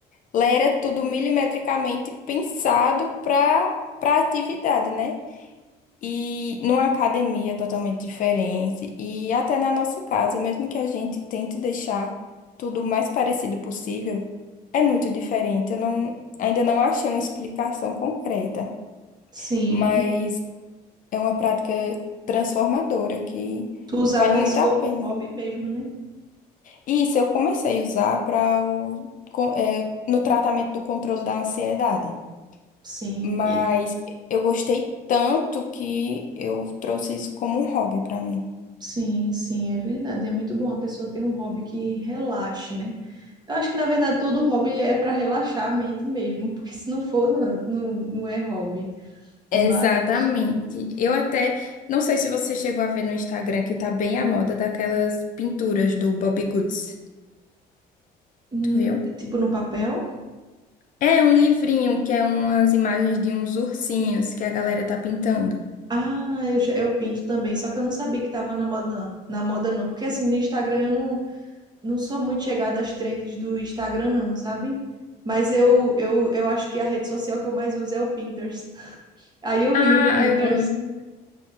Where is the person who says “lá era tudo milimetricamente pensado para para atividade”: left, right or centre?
Left